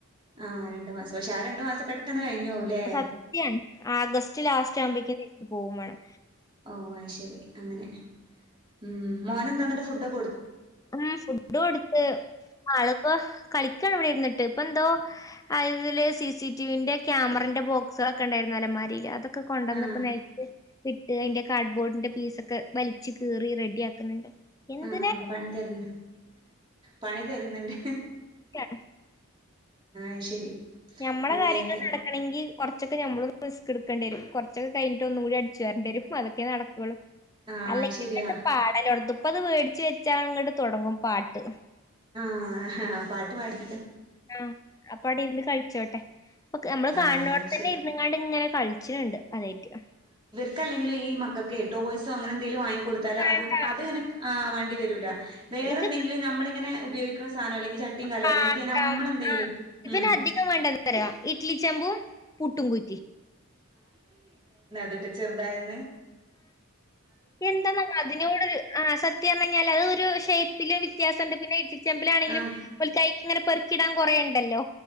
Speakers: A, on the right; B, on the left.
A: ആഹ് രണ്ടു മാസം പക്ഷെ ആ രണ്ടു മാസം പെട്ടെന്ന് കഴിഞ്ഞു പോവുല്ലേ
B: സത്യം ആഗസ്റ്റ് ലാസ്റ്റ് ആവുമ്പേയ്ക്കും തിരിച്ച് പോകുംവേണം
A: ഓ അത്ശരി അങ്ങനെ ഉം മോനെന്താന്നിട്ട് ഫുഡൊ
B: ഉം ഫുഡ് കൊടുത്ത് ആളി ഇപ്പ കളിക്കാണ് ഇവിടെ ഇരുന്നിട്ട് ഇപ്പന്തോ അയില് സി സി ടിവിന്റെ ക്യാമറന്റെ ബോക്സ് കളൊക്കെ ഉണ്ടായിരുന്നു അലമാരില് അതൊക്കെ കൊണ്ടന്നിപ്പോ
A: ആഹ്
B: നെൽത്ത് ക്കിട്ട് അതിന്റെ കാർഡ്ബോർഡിന്റെ പീസൊക്കെ വലിച്ചു കീറി റെഡി ആക്കുന്നുണ്ട് എന്തിനെ-
A: ആഹ് പണി തരുന്ന് പണി തരുന്നണ്ട്
B: ക്കാണ്
A: അത് ശരി
B: ഞമ്മടെ
A: അങ്ങനെയൊക്കെ
B: കാര്യങ്ങള് നടക്കണങ്കിൽ കൊറച്ചൊക്കെ ഞമ്മളും- റിസ്ക്ക് എടുക്കേണ്ടിവരും കുറൊ ച്ചൊക്കെ കഴിഞ്ഞിട്ട് ഒന്നും കൂടി അടച്ചുവാരണ്ടേവരും അതൊക്കേ നടക്കുള്ളു
A: ആഹ്
B: അല്ലെങ്കി
A: അത് ശരിയാ
B: ഇപ്പയെന്ത് പാടല്ലോടത്തും- ഇപ്പ അത് വേടിച്ച് വെച്ചാ അങ്ങട് തൊടങ്ങും പാട്ട്
A: ആഹ്ഹ പാട്ട് പാടി
B: ആഹ് അപ്പ അവിടെ ഇരുന്ന് കഴിച്ചോട്ടെ പ്പൊക്ക് നമ്മള്
A: ആഹ്
B: കാണണോടതന്നെ
A: ശരി
B: ഇരുന്നങ്ങാണ്ട് ഇങ്ങനെ കളിച്ച്ണണ്ട് അതായിട്ട്-
A: ക്കല്ലെങ്കിലും ഈ മക്കക്കേ ടോയ്സോ അങ്ങനെ എന്തേലും വാങ്ങി കൊടുത്താൽ
B: വേണ്ട
A: അത് അത് ഇങ്ങനെ വാണ്ടി വരൂല്ല വേറെ
B: ഇത്
A: എന്തെങ്കിലും നമ്മളിങ്ങനെ ഉപയോഗിക്കണ സ് സാനം അല്ലെങ്കി ചട്ടീം കലോ
B: പാത്രം
A: അല്ലെങ്കി നമ്മള് എന്തെങ്കിലും
B: ആഹ് ഇവന്
A: ഉം
B: അധികം വേണ്ടതറിയോ ഇഡ്ലി ചെമ്പും പുട്ടും കു
A: തിട്ട് ചെറുതായെന്ന്
B: എന്താന്ന അതിനോടൊര് ആ അസത്യന്നല്ലെ അത് ഒരു ഷേപ്പില് വ്യത്യാസണ്ട് പിന്നെ ഇട്ടിച്ചമ്പില് ആണെങ്കിലും
A: ആഹ്
B: പ്പൊ കൈലിങ്ങനെ പെറുക്കിടാൻ കൊറേണ്ടല്ലോ